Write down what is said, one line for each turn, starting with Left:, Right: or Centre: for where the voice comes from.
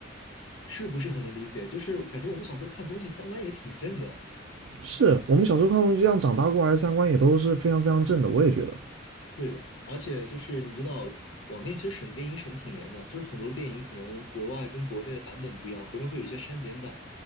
Left: 是不是很能理解？就是感觉我们小时候看东西三观也挺正的，
Right: 是我们小时候看东西这样长大过来，三观也都是非常非常正的，我也觉得
Left: 对的，而且就是你知道，广电其实审电影审挺严的，就是很多电影可能国外跟国内的版本不一样，国内会有一些删减版，